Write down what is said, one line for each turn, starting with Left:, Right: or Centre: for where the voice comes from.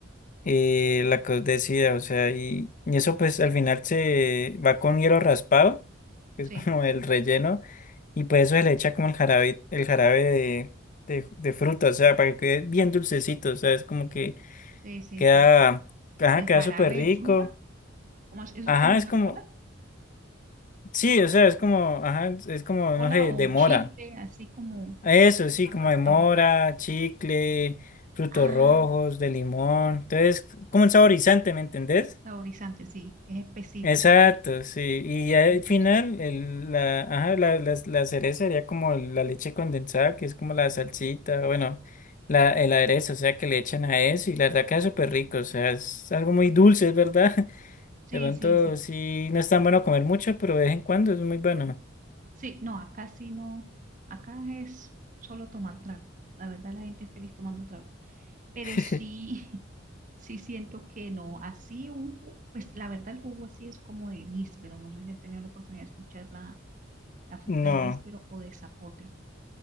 Left: eh, la caudecia, o sea, y, y eso pues al final se va con hielo raspado, que
Right: Sí,
Left: es <laughs> como el relleno, y pues eso se le echa como el jarabe, el jarabe de, de, de fruta, o sea, para que quede bien dulcecito, o sea, es como que
Right: sí, sí,
Left: queda,
Right: sí. sí.
Left: ajá,
Right: El
Left: queda
Right: jarabe
Left: súper rico,
Right: de fruta, ¿cómo es? ¿Eso
Left: ajá,
Right: es como una
Left: es como,
Right: cola?
Left: sí, o sea, es como, ajá, es como,
Right: Cola
Left: no sé,
Right: o
Left: de mora,
Right: chicle, así como
Left: eso sí,
Right: en el
Left: como
Right: raspado.
Left: de mora, chicle, frutos
Right: Ah.
Left: rojos, de limón, entonces, como un saborizante, ¿me entendés?
Right: Saborizante, sí, que es espesito,
Left: Exacto,
Right: sí,
Left: sí. Y ya al
Right: y es
Left: final,
Right: dulcecito.
Left: el, la, ajá, la, la, la cereza sería como la leche condensada, que es como la salsita, bueno, la, el aderezo, o sea, que le echan a eso y la verdad queda súper rico, o sea, es algo muy dulce, es verdad. <laughs>
Right: Sí,
Left: De pronto
Right: sí, sí.
Left: sí, no es tan bueno comer mucho, pero de vez en cuando es muy bueno.
Right: Sí, no, acá sí no, acá es solo tomar trago. La verdad, la gente es feliz tomando trago. Pero
Left: <laughs>
Right: sí, <laughs> sí siento que no, así un jugo, pues la verdad el jugo así es como de níspero, no sé si has tenido la oportunidad de escuchar la, la fruta
Left: No.
Right: de níspero o de zapote.